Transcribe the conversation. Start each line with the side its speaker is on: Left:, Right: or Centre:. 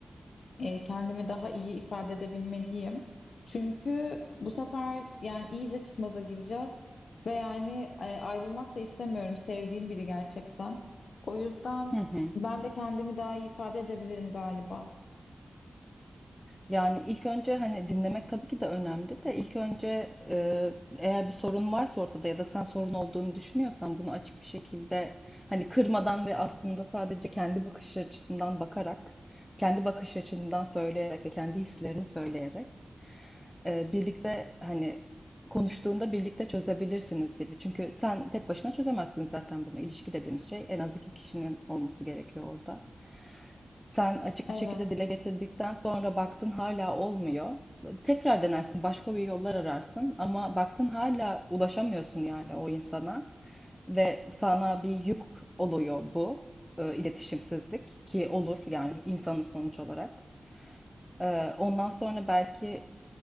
Left: e, kendimi daha iyi ifade edebilmeliyim. Çünkü bu sefer yani iyice çıkmaza gireceğiz ve yani e, ayrılmak da istemiyorum sevdiğim biri gerçekten. O yüzden
Centre: Hı hı.
Left: ben de kendimi daha iyi ifade edebilirim galiba.
Centre: Yani ilk önce hani dinlemek tabii ki de önemli de ilk önce e, eğer bir sorun varsa ortada ya da sen sorun olduğunu düşünüyorsan bunu açık bir şekilde hani kırmadan ve aslında sadece kendi bakış açısından bakarak, kendi bakış açından söyleyerek ve kendi hislerini söyleyerek e, birlikte hani konuştuğunda birlikte çözebilirsiniz gibi. Çünkü sen tek başına çözemezsin zaten bunu. İlişki dediğimiz şey en az iki kişinin olması gerekiyor orada. Sen açık
Left: Evet.
Centre: bir şekilde dile getirdikten sonra baktın hala olmuyor. Tekrar denersin, başka bir yollar ararsın ama baktın hala ulaşamıyorsun yani o insana ve sana bir yük oluyor bu e, iletişimsizlik ki olur yani insanın sonuç olarak. Ee, ondan sonra belki